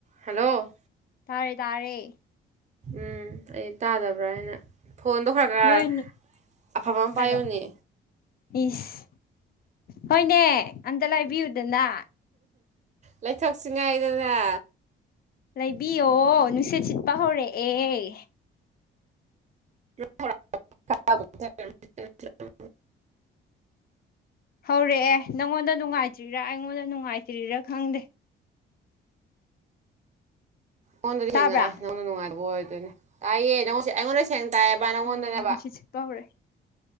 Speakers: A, on the right; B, on the left.
A: hello
B: ꯇꯥꯔꯦ ꯇꯥꯔꯦ
A: ꯎꯝ ꯑꯩ ꯇꯥꯗꯕ꯭ꯔꯥ ꯍꯥꯏꯅ ꯐꯣꯟꯗꯣ ꯈꯔ ꯈꯔ
B: ꯅꯣꯏ
A: ꯑꯐꯕ ꯑꯃ
B: ꯍꯥꯏꯔꯣ
A: ꯄꯥꯏꯌꯨꯅꯦ
B: ꯏꯁ ꯍꯣꯏꯅꯦ ꯑꯝꯇ ꯂꯩꯕꯤꯌꯨꯗꯅ
A: ꯂꯩꯊꯣꯛꯁꯤꯉꯥꯏꯗꯅ
B: ꯂꯩꯕꯤꯌꯣ ꯅꯨꯡꯁꯤꯠ ꯁꯤꯠꯄ ꯍꯧꯔꯛꯑꯦ
A: <unintelligible>
B: ꯍꯧꯔꯛꯑꯦ ꯅꯪꯉꯣꯟꯗ ꯅꯨꯡꯉꯥꯏꯇ꯭ꯔꯤꯔꯥ ꯑꯩꯉꯣꯟꯗ ꯅꯨꯡꯉꯥꯏꯇ꯭ꯔꯤꯔꯥ ꯈꯪꯗꯦ
A: ꯑꯩꯉꯣꯟꯗꯗꯤ
B: ꯇꯥꯕ꯭ꯔꯥ
A: ꯁꯦꯡꯅ ꯇꯥꯏ ꯅꯪꯉꯣꯟꯗ ꯅꯨꯡꯉꯥꯏꯇꯕ ꯑꯣꯏꯗꯣꯏꯅꯤ ꯇꯥꯏꯌꯦ ꯅꯪꯉꯣꯟꯗ ꯑꯩꯉꯣꯟꯗ ꯁꯦꯡꯅ ꯇꯥꯏꯌꯦꯕ ꯅꯪꯉꯣꯟꯗꯅꯦꯕ
B: ꯎꯝ ꯅꯨꯡꯁꯤꯠ ꯁꯤꯠꯄ ꯍꯧꯔꯦ